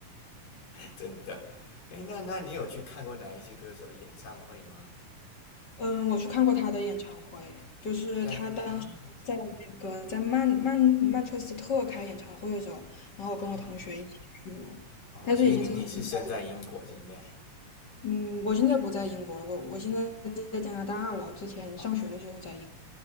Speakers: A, on the left (about 80°); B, on the left (about 40°).
A: 真的。哎，那那你有去看过哪一些歌手的演唱会吗？
B: 嗯，我去看过他的演唱会，就是他当时在那个在曼曼曼彻斯特开演唱会的时候，
A: 对啊
B: 然后我跟我同学一起去了，
A: 啊哦，
B: 但是已经是很早以
A: 所以你你是身在英国现在
B: 嗯，我现在不在英国了，我我现在在加拿大了，之前上学的时候在英
A: 哦，